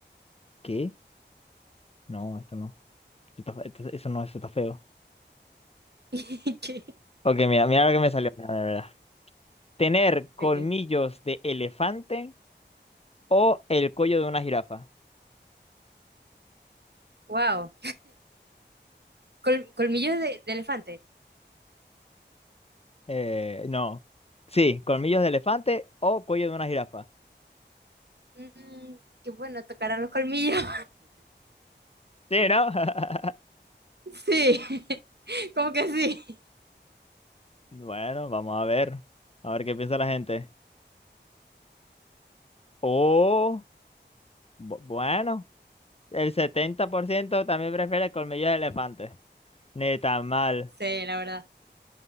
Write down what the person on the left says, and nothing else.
¿Qué? No, esto no. Esto está fe- esto- eso no, eso está feo.
Ok, mira, mira lo que me salió, mira, mira, mira. ¿Tener colmillos
de elefante o el cuello de una jirafa?
Eh, no. Sí, colmillos de elefante o cuello de una jirafa.
Sí, ¿no? <laughs>
Bueno, vamos a ver. A ver qué piensa la gente. Oh, bu- bueno, el 70% también prefiere colmillos de elefante. Ni tan mal.